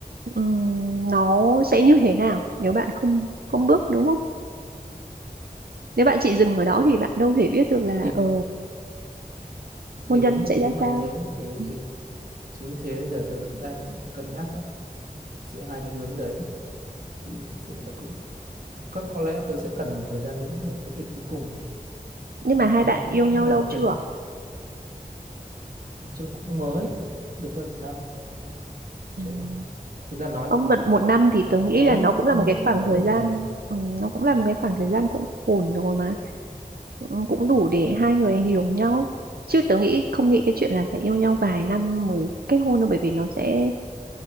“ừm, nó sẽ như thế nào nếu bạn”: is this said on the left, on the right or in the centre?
Right